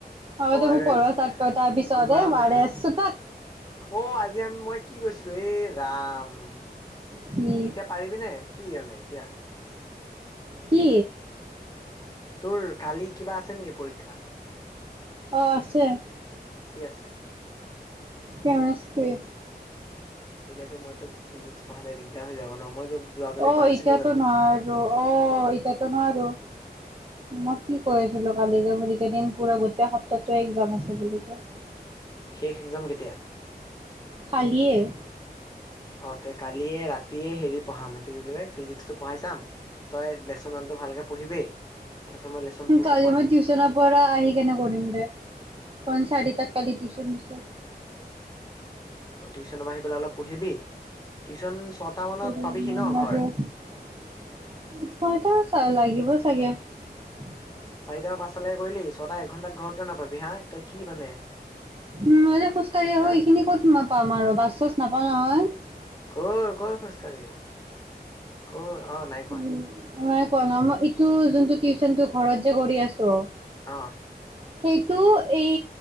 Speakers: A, on the right; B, on the left.
A: অ তই
B: ওৱাৰেছ
A: মোক পঢ়োৱা ষ্টাৰ্ট কৰ তাৰ পিছত
B: গোলাপ
A: এ আৰ এছ চোতাত
B: অ আজি আমি মই কি কৈছিলো এই <unintelligible> ৰাম এতিয়া
A: কি
B: পাৰিবিনে কি আনে এতিয়া
A: কি
B: তোৰ কালি কিবা আছে নেকি পৰীক্ষা
A: অ আছে-
B: কি আছে?
A: কেমিষ্ট্ৰী
B: এতিয়াতো মই তোক ফিজিক্স- পঢ়ালে দিগদাৰ হৈ যাব ন মই যোৱাকালি
A: অ
B: কোৱা নাছিলো
A: এতিয়াতো
B: জানো
A: নোৱাৰো অ এতিয়াতো নোৱাৰো মই কি কৈ আছিলো কালি যে ভৰি কেইদিন পুৰা গোটেই সপ্তাহে এক্জাম আছে বুলি কয়।
B: শেষ একদাম কেতিয়া?
A: কালিয়ে -
B: অ তে কালিয় ৰাতিয়ে হেৰি পঢ়াম এইটো কি বুলি কয় ফিজিক্সটো পঢ়াই চাম তই লেচনটো ভালকে পঢ়িবি- তাৰপিছত মই লেচন টুটো
A: কালি
B: পঢ়াম
A: মই টিউশন পৰা আহ কিনে কৰিম দে পঞ্চায়ত তাত কালি উলেকশন- ধানিছা
B: অ টিউচন পৰা আহি পেলালো পঢ়িবি টিউচন- মানত
A: দি
B: পাবিহি
A: ইমান
B: ন
A: লাগেয়টা
B: ঘৰ
A: লাগিব চাগে- <inaudible>
B: চাৰিটা পাঁচটালৈকে কৰিলি ছটা একঘণ্টাত ঘৰ কিয় নাপাবি হা তই কি মানে-
A: উ মই যে খোজ কঢ় আহো
B: হা
A: এইখিনি ক'ত মই পাম আৰু বাছ চছ নাপাম। নাপাও নহয় ‌।
B: কৰ ক খোজকাঢ়ি কৰ- অ নাই কোৱা-
A: উম নাই কোৱা ন মই ইটো যোনটো টিউচনটো ঘৰত যে কৰি আছো।
B: আহ
A: সেইটো এই